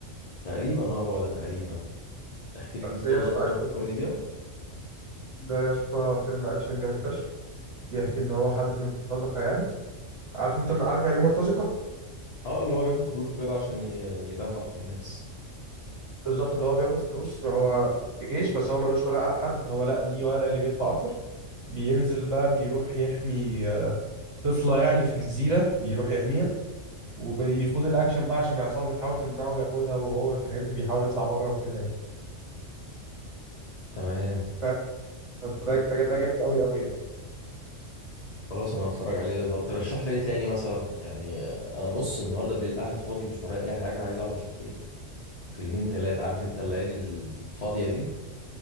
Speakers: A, on the left; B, on the right.
A: تقريبا اه هو ده تقريبا احكي لي قصته
B: ده يا اسطى
A: ده كده
B: اكشن
A: فكرني بيها
B: ده يا اسطى فيلم اكشن جامد فشخ بيحكي
A: مم.
B: ان هو حد من مرتزقه يعني عارف انت عارف يعني ايه مرتزقه
A: اه اللي هو بياخد فلوس وكده عشان ي- يدبح في الناس
B: بالظبط اللي هو بياخد فلوس ما هو في جيش بس هو ملوش ولا على حد هو لا ليه ولا اللي بيدفع اكتر بينزل بقى بيروح يحمي آه، طفله يعني في جزيره بيروح يحميها وبيخوض الاكشن بقى عشان العصابه بتحاول تمنعه وياخدها وهو في الهند بيحاول يطلع بره وكده يعني
A: تمام
B: ف- فده فده- ده جامد قوي قوي يعني
A: خلاص انا هتفرج عليه ده طب ترشح لي ايه تاني مثلا يعني انا بص النهارده بالليل قاعد فاضي مش ورايا اي حاجه عايز اقعد اشوف ايه فيلمين تلاتة عارف انت الليالي الفاضيه دي